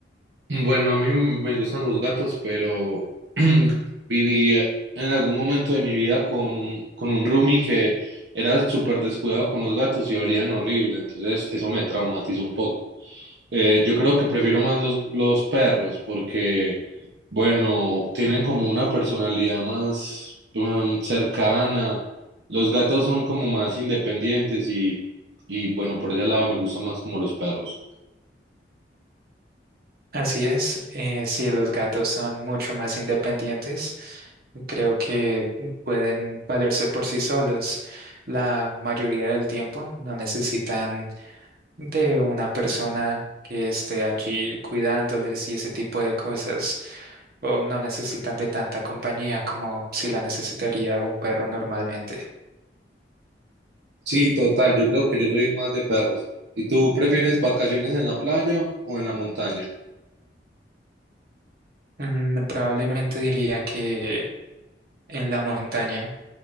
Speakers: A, on the right; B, on the right.
A: Mm, Bueno, a mí me gustan los gatos, pero <clears throat> viví eh, en algún momento de mi vida con un, con un roomie que era súper descuidado con los gatos y olían horrible, entonces eso me traumatizó un poco. Eh, yo creo que prefiero más los, los perros porque, bueno, tienen como una personalidad más mm, cercana. Los gatos son como más independientes y, y, bueno, por ese lado me gustan más como los perros.
B: Así es, eh, sí, los gatos son mucho más independientes. Creo que pueden valerse por sí solos la mayoría del tiempo. No necesitan de una persona que esté allí cuidándoles y ese tipo de cosas. O no necesitan de tanta compañía como si la necesitaría un perro normalmente.
A: Sí, total, yo creo que yo soy más de perros. ¿Y tú prefieres vacaciones en la playa o en la montaña?
B: Mm, probablemente diría que en la montaña.